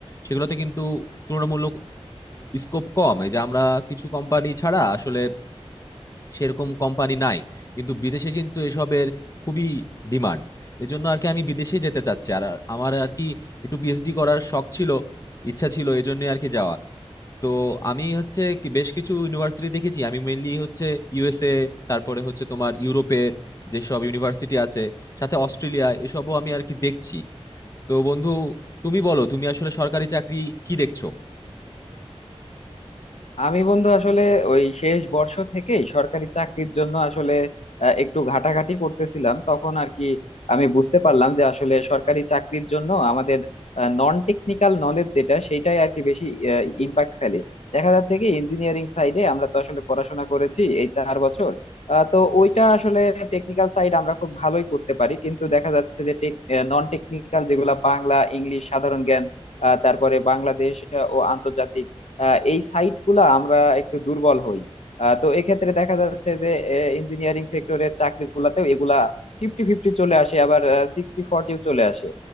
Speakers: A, on the left (about 30°); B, on the left (about 80°).
A: সেগুলোতে কিন্তু তুলনামূলক স্কোপ কম এই যে আমরা কিছু কোম্পানি ছাড়া আসলে সেরকম কোম্পানি নাই কিন্তু বিদেশে কিন্তু এসবের খুবই ডিমান্ড এজন্য আর কি আমি বিদেশে যেতে চাচ্ছি আর আর আমার আর কি একটু পিএইচডি করার শখ ছিল ইচ্ছা ছিল এজন্য আর কি যাওয়া তো আমি হচ্ছে কি বেশ কিছু ইউনিভার্সিটি দেখেছি আমি মেইনলি হচ্ছে ইউএসএ তারপরে হচ্ছে তোমার ইউরোপের যেসব ইউনিভার্সিটি আছে সাথে অস্ট্রেলিয়া এসবও আমি আর কি দেখছি তো বন্ধু তুমি বলো তুমি আসলে সরকারি চাকরি কি দেখছো
B: আমি বন্ধু আসলে ওই শেষ বর্ষ থেকেই সরকারি চাকরির জন্য আসলে আহ, একটু ঘাটাঘাটি করতেছিলাম তখন আর কি আমি বুঝতে পারলাম যে আসলে সরকারি চাকরির জন্য আমাদের নন টেকনিক্যাল নলেজ যেটা সেটাই আর কি বেশি ইম্প্যাক্ট ফেলে দেখা যাচ্ছে কি ইঞ্জিনিয়ারিং সাইডে আমরা তো আসলে পড়াশোনা করেছি এই চার বছর আহ, তো ওইটা আসলে টেকনিক্যাল সাইড আমরা খুব ভালোই করতে পারি কিন্তু দেখা যাচ্ছে যে নন টেকনিক্যাল যেগুলা বাংলা ইংলিশ সাধারণ জ্ঞান আহ, তারপরে বাংলাদেশ আহ, ও আন্তর্জাতিক আহ, এই সাইট গুলা আমরা একটু দুর্বল হই আহ, তো এক্ষেত্রে দেখা যাচ্ছে যে ইঞ্জিনিয়ারিং সেক্টরের চাকরি গুলাতেও এগুলা ফিফটি ফিফটি চলে আসে আবার সিক্সটি ফর্টিও চলে আসে